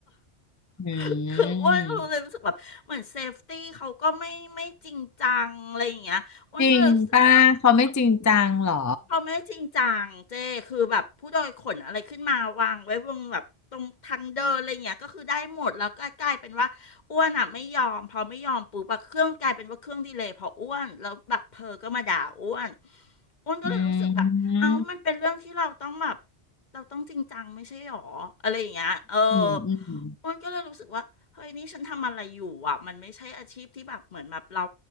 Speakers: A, on the left; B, on the left.
A: อื
B: <laughs> คืออ้วนก็รู้เลยรู้สึกแบบเหมือนเซฟตี้เขาก็ไม่ไม่จริงจังอะไรอย่างเงี้ยอ้วนก็เลยรู้สึก
A: มจริงป้าเขาไม่จริงจังเหรอ
B: เขาไม่จริงจังเจ้คือแบบผู้โดยขนอะไรขึ้นมาวางไว้บนแบบตรงทางเดินอะไรเงี้ยก็คือได้หมดแล้วก็กลายเป็นว่าอ้วนอ่ะไม่ยอมพอไม่ยอมปุ๊บอะเครื่องกลายเป็นว่าเครื่องดีเลย์พออ้วนแล้วแบบเพอก็มาด่าอ้วนอ้วนก็เลยรู้สึกแบบเอ้ามันเป็นเรื่องที่เราต้องแบบ
A: อืม
B: เราต้องจริงจังไม่ใช่หรออะไรอย่างเงี้ยเออ
A: อืมอืม
B: อ้วนก็เลยรู้สึกว่าเฮ้ยนี่ฉันทำอะไรอยู่อ่ะมันไม่ใช่อาชีพที่แบบเหมือนแบบเรา